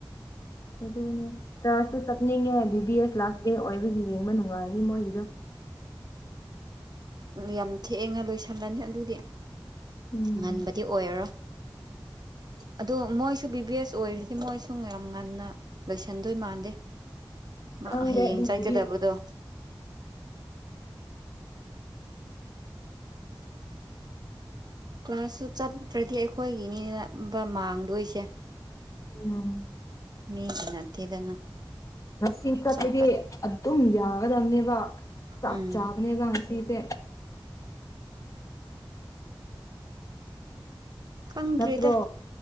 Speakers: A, on the left; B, on the right.
A: ꯑꯗꯨꯅꯦ ꯆꯔꯁꯁꯨ ꯆꯠꯅꯤꯡꯉꯦ B B S last day ꯑꯣꯏꯕꯒꯤ ꯌꯦꯡꯕ ꯅꯨꯡꯉꯥꯏꯅꯤ ꯃꯣꯏꯒꯤꯗꯣ
B: ꯎꯝ ꯌꯥꯝ ꯊꯦꯡꯉ ꯂꯣꯏꯁꯤꯜꯂꯅꯤ ꯑꯗꯨꯗꯤ
A: ꯎꯝ
B: ꯉꯟꯕꯗꯤ ꯑꯣꯏꯔꯔꯣꯏ ꯑꯗꯣ ꯃꯣꯏꯁꯨ ꯕꯤ ꯕꯤ ꯌꯦꯁ ꯑꯣꯏꯔꯗꯤ ꯃꯣꯏꯁꯨ ꯌꯥꯝ ꯉꯟꯅ ꯂꯣꯏꯁꯟꯗꯣꯏ ꯃꯥꯟꯗꯦ ꯃꯥ
A: ꯈꯪꯗꯦ
B: ꯍꯌꯦꯡ
A: ꯑꯗꯨꯕꯨꯗꯤ
B: ꯆꯠꯀꯗꯕꯗꯣ <inaudible> ꯀ꯭ꯂꯥꯁꯁꯨ ꯆꯠꯇ꯭ꯔꯗꯤ ꯑꯩꯈꯣꯏꯒꯤꯅꯤꯅꯕ ꯃꯥꯡꯗꯣꯏꯁꯦ
A: ꯎꯝ
B: ꯃꯤꯒꯤ ꯅꯠꯇꯦꯗꯅ
A: ꯉꯁꯤ ꯆꯠꯄꯗꯤ
B: ꯆꯠꯄ
A: ꯑꯗꯨꯝ ꯌꯥꯒꯗꯝꯅꯦꯕ ꯆꯞ
B: ꯎꯝ
A: ꯆꯥꯕꯅꯦꯕ ꯉꯁꯤꯁꯦ
B: ꯈꯪꯗꯔꯦꯗ
A: ꯅꯠꯇ꯭ꯔꯣ